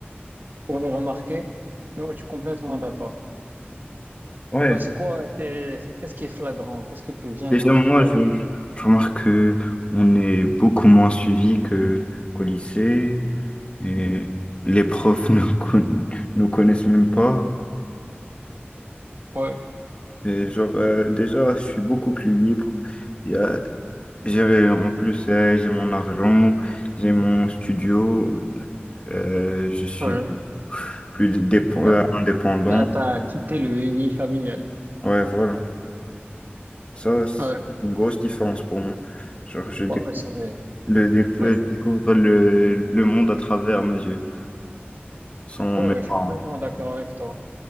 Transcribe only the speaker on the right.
pour les remarquer. Mais ouais, je suis complètement d'accord.
Bah, c'est quoi, t'es- c'est- qu'est-ce qui est flagrant? Qu'est-ce que tu viens
de remarquer
avant?
Ouais,
ouais.
Là,
là, t'as quitté le uni familial.
Ouais,
ouais, ouais, c'est vrai.
Ouais,
je
ouais,
ouais,
je suis complètement d'accord avec toi.